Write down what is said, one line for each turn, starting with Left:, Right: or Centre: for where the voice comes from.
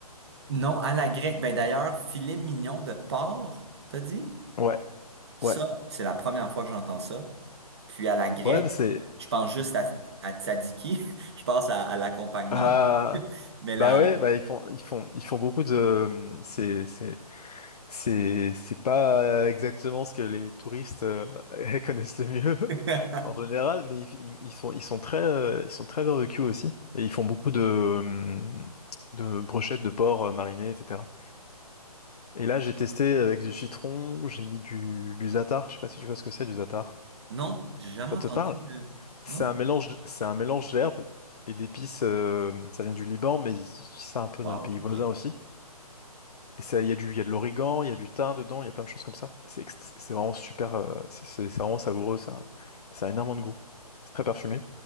Right: Non, à la grecque. Ben d'ailleurs, filet mignon de porc, t'as dit?
Left: euh. Ouais,
Right: Ça,
Left: ouais,
Right: c'est la première fois que j'entends ça. Puis à la grecque,
Left: ouais. bah C'est
Right: je pense juste à, à tzatziki. <laughs> Je pense à, à l'accompagnement.
Left: ah
Right: Mais
Left: bah
Right: la...
Left: ouais, bah ils font, ils font, ils font beaucoup de. euh, C'est, c'est C'est c'est pas exactement ce que les touristes euh, <laughs> connaissent le mieux
Right: <laughs>
Left: <laughs> en général, mais ils, ils- ils sont ils sont très euh, ils sont très barbecue aussi et ils font beaucoup de euh, de brochettes de porc euh, marinées etc. Et là j'ai testé avec du citron, j'ai mis du du za'atar, je sais pas si tu vois ce que c'est du za'atar.
Right: Non, j'ai jamais
Left: Ça
Right: entendu.
Left: te parle?
Right: le-
Left: C'est
Right: Non?
Left: un mélange c'est un mélange d'herbes et d'épices. euh, ça vient du Liban, mais ils utilisent ça un peu
Right: Wow,
Left: dans les pays
Right: OK.
Left: voisins aussi. Et ça, il y a du, il y a de l'origan, il y a du thym dedans, il y a plein de choses comme ça. Et C'est ext- c'est vraiment super, euh, c'est c'est- c'est vraiment savoureux, ça, ça a énormément de goût. C'est très parfumé.